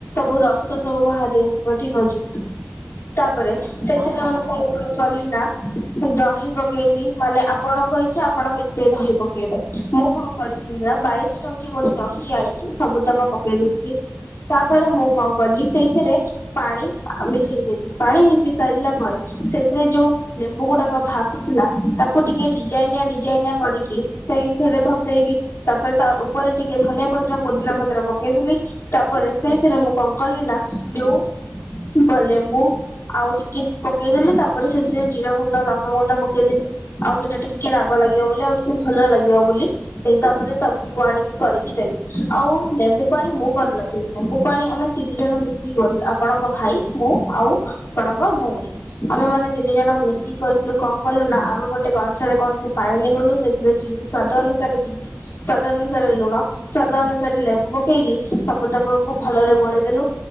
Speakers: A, on the left; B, on the right.
A: ବୁର ବିଷ ସବୁ ବାହାରି ଆସିବ ଠିକ ଅଛି ତାପରେ ସେଇଥିରେ
B: ହଁ ହଁ
A: ମାନେ କଣ
B: ବୁଝିଗଲି
A: କଣ <unintelligible> ଟା ଦହି ପକେଇଲି ମାନେ ଆପଣଙ୍କ ଇଚ୍ଛା ଆପଣ କେତେ ଦହି ପକେଇବେ। ମୁଁ କଣ କରିଥିଲି ନା ବାଇଶ ଟଙ୍କି ଗୋଟେ ଦହି ଆଣିକି ସବୁ ତାକ ପକେଇ ଦେଇଥିଲି। ତାପରେ ମୁଁ କଣ କଲି ସେଇଥିରେ ପାଣି ମିଶେଇ ଦେଲି ପାଣି ମିଶି ସାରିଲା ପରେ ସେଥିରେ ଯୋଉ ଲେମ୍ବୁ ଗୁଡାକ ଭାସୁଥିଲା ତାକୁ ଟିକେ ଡିଜାଇନା ଡିଜାଇନା କରିକି ସେଇଥିରେ ଭସେଇଲି ତାପରେ ତା ଉପରେ ଟିକେ ଧନିଆ ପତ୍ର ପୋଦିନା ପତ୍ର ପକେଇଦେଲି। ତାପରେ ସେଇଥିରେ ମୁଁ କଣ କଲି ନା ଯୋଉ ଲେମ୍ବୁ ଆଉ ଟିକେ ପକେଇଦେଲି ତାପରେ ସେଥିରେ ଜିରା ଗୁଣ୍ଡ ଲଙ୍କାଗୁଣ୍ଡ ପକେଇଦେଲି ଆଉ ସେଇଟା ଟିକେ ରାଗ ଲାଗିବ ବୋଲି ଆଉ ଟିକେ ଭଲ ଲାଗିବ ବୋଲି ସେଇ ତାପରେ ତା ଲେମ୍ବ ପାଣି କରିକି ଦେଲେ ଆଉ ଲେମ୍ବୁ ପାଣି ମୁଁ କରୁନଥିଲି ଲେମ୍ବୁ ପାଣି ଆମେ ତିନି ଜଣ ମିଶିକି ଗଢିଲୁ ଆପଣଙ୍କ ଭାଇ ମୁଁ ଆଉ ଆପଣଙ୍କ ଭଉଣୀ। ଆମେ ମାନେ ତିନି ଜଣଙ୍କୁ ମିଶିକି କରିଥିଲୁ କଣ କଲୁ ନା ଆଉ ଗୋଟେ କଂସରେ କଂସେ ପାଣି ନେଇଗଲୁ ସେ ଏଥିରେ ଚିନି ସ୍ଵାଦ ଅନୁସାରେ ଚି ସ୍ଵାଦ ଅନୁସାରେ ଲୁଣ ସ୍ୱାଦ ଅନୁସାରେ ଲେମ୍ବୁ ପକେଇକି ସବୁତକକୁ ଭଲରେ ଗୋଳେଇ ଦେଲୁ